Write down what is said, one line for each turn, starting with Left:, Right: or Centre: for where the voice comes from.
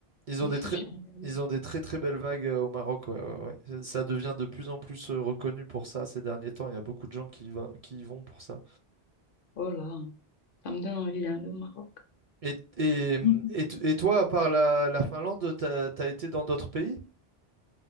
Right: ils ont
Left: ici
Right: des très...
Left: jamais.
Right: ils ont des très très belles vagues euh, au Maroc. ouais, ouais, ouais. Ça ça devient de plus en plus euh, reconnu pour ça ces derniers temps. Il y a beaucoup de gens qui y va- qui y vont pour ça.
Left: Oh là, ça me donne envie d'aller au Maroc.
Right: Et, et, hum,
Left: <laughs>
Right: et, t- et toi, à part la, la Finlande, t'as, t'as été dans d'autres pays?